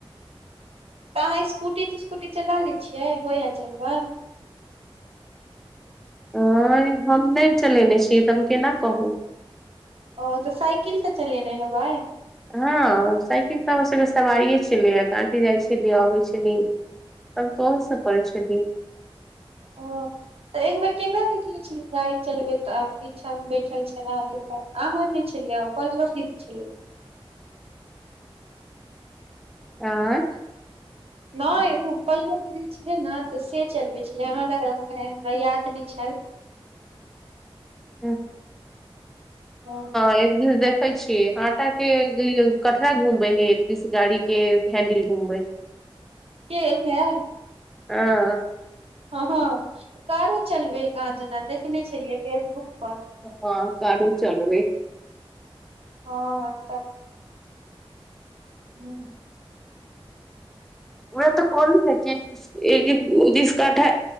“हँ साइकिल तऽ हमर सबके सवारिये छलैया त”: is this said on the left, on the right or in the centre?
Centre